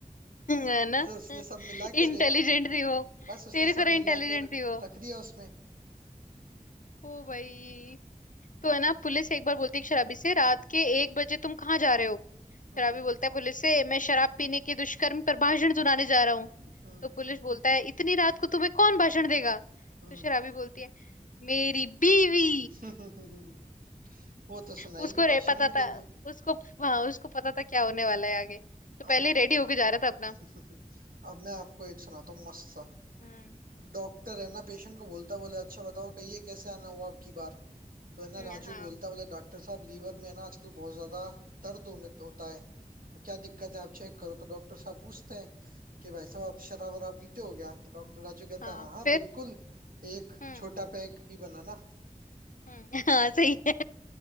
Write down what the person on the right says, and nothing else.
तो उसने सब मिला के
अरे
बस उसने
सब
मिला
के और
रख दिया उसमें
हम्म
हम्म
हम्म
<laughs> वो तो सुनाएगी
भाषण
भी
देगी
अब
<laughs> अब मैं आपको एक सुनाता हूँ मस्त सा
डॉक्टर है ना पेशेंट को बोलता बोले अच्छा बताओ कहिए कैसे आना हुआ अब की बार तो है ना
राजू
बोलता बोले डॉक्टर साहब लीवर में है ना आजकल बहुत ज्यादा दर्द होने होता है तो क्या दिक्कत है आप चेक करो तो डॉक्टर साहब पूछते हैं कि भाई साहब आप शराब वराब पीते हो क्या तो डॉक्टर राजू कहता
है हाँ हाँ
बिल्कुल एक
छोटा पैग ही बनाना